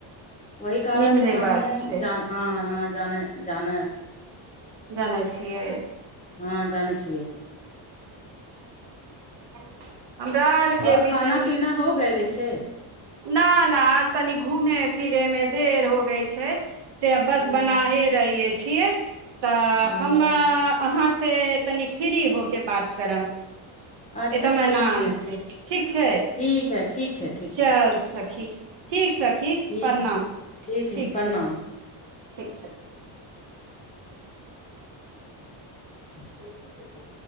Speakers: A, on the left; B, on the right.
A: वहि कारण
B: निमने
A: से हमू
B: बात छै
A: ज हँ। जान जान।
B: जानै छियै।
A: हँ जानै छियै।
B: <unintelligible> आर के
A: और
B: भी
A: खाना
B: तनी
A: पीना हो गए ल। छै।
B: न न आज तनी घूमे फिरे मे देर हो गई छै। से बस
A: अ
B: बनाहे रहिय। छै। तऽ
A: अ,
B: हम अहाँ। से तनी फ्री होके बात करम।
A: अच्छा
B: एकटा मैनान
A: ठीक है ठीक
B: छै ठीक छै
A: ठीक है ठीक छै ठीक छै
B: चल सक। ठीक। ठीक सखी
A: ठीक है
B: प्रणाम
A: हइ
B: ठीक
A: प्रणाम
B: छै ठीक छै।
A: छै